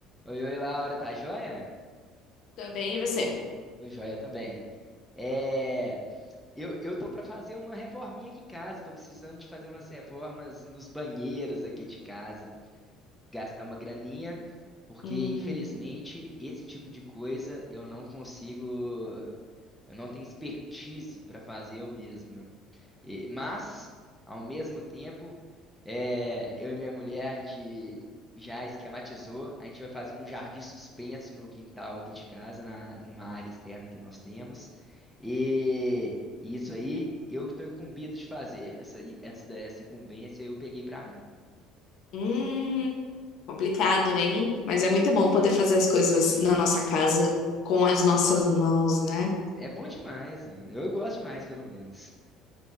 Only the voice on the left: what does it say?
Tá bem, e você?
Hum,
hum, complicado, hein? Mas é muito bom poder fazer as coisas na nossa casa com as nossas mãos, né?